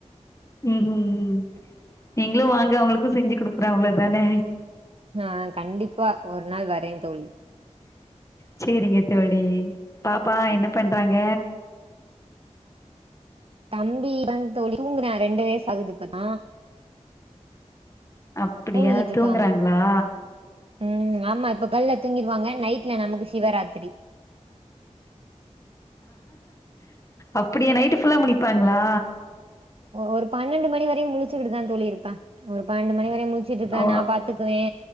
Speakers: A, on the left (about 25°); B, on the right (about 50°).
A: ம் ம் நீங்ளு வாங்க உங்களுக்கு செஞ்சு குடுக்குறே அவ்ளோ தானே
B: ஆ கண்டிப்பா ஒரு நாள் வரே தோழி
A: செரிங்க தோழி பாப்பா என்ன பண்றாங்க
B: <unintelligible> தோழி தூங்றா ரெண்டு வயசு ஆகுது இப்பதா
A: அப்புடியா
B: தூங்கிட்டு
A: தூங்குறாங்ளா
B: இருக்காங்க ம் ஆமாத் இப்ப கால்ல தூங்கிருவாங்க நைட்ல நமக்கு சிவராத்திரி
A: அப்புடியா நைட்டு ஃபுல்லா முழிப்பாங்ளா
B: ஒரு பன்னண்டு மணி வரையு முடழுச்சுகிட்டுதா தோழி இருப்பா ஒருபன்னெண்டு மணி வரை முழுச் ச்சுட்ருப்பா
A: ஓ
B: நா பாத்துக்குவே